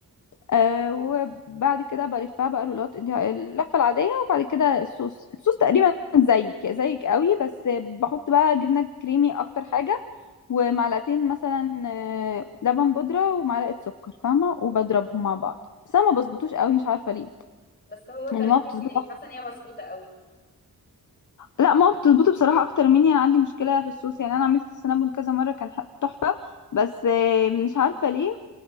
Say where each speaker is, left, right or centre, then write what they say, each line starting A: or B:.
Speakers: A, on the left; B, on the left.
A: آه وبعد كده بلفها بقى رولات دي- اللفه العاديه وبعد كده الصوص الصوص تقريبا زيك زيك قوي بس بحط بقى جبنه كريمي اكتر حاجه ومعلقتين مثلا آه، لبن بودرة ومعلقة سكر فاهمة وبضربهم مع بعض بس انا ما بظبطوش قوي مش عارفة ليه
B: بس هو طريقتك
A: يعني ما بتظبط
B: يعني
A: أحسن.
B: حاسه ان هي مظبوطه قوي
A: لا ما بتظبط بصراحة اكتر مني انا عندي مشكلة في الصوص يعني انا عملت السنابون كذا مرة كان ح- تحفة بس آه، مش عارفة ليه